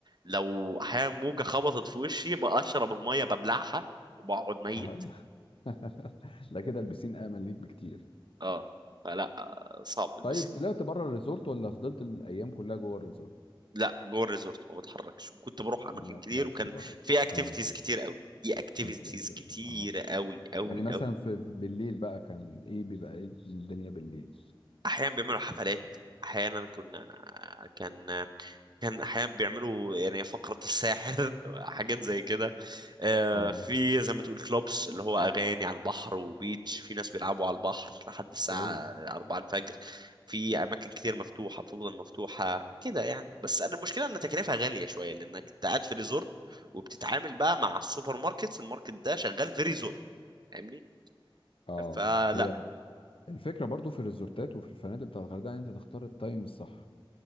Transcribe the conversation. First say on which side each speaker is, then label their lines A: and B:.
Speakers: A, on the right; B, on the left.
A: لو احيانا موجه خبطت في وشي بقشرب الميه ببلعها وبقعد ميت
B: آه. <laughs> لا كده البسين امن ليك بكتير
A: اه فلا آه، صعب بس
B: طيب طلعت بره الريزورت ولا فضلت الايام كلها جوه الريزورت
A: لا جوه الريزورت ما بتحركش وكنت بروح اماكن
B: ما
A: كتير
B: طلعتش
A: وكان
B: بره
A: في اكتيفيتيز
B: اه
A: كتير قوي في اكتيفيتيز
B: كان في أكتر.
A: كتير
B: اه
A: قوي قوي
B: يعني مثلا
A: قوي
B: في في بالليل بقى كان ايه بيبقى ايه الدنيا بالليل
A: احيانا بيعملوا حفلات احيانا كنا كان كان احيانا بيعملوا يعني فقرة الساحر <laughs> حاجات زي كده آه،
B: اه
A: في زي ما تقول كلوبس اللي هو اغاني على البحر وبيتش في ناس بيلعبوا على البحر لحد الساعة
B: كويس
A: 4 الفجر في اماكن كتير مفتوحة بتفضل مفتوحة كده يعني بس أنا المشكلة ان تكلفة غالية شوية لانك أنت قاعد في ريزورت وبتتعامل بقى مع السوبر ماركتس الماركت ده شغال في ريزورت فاهمني
B: اه
A: فلا
B: هي الفكرة برضو في الريزورتات وفي الفنادق بتاع الغردقة ان انت تختار التايم الصح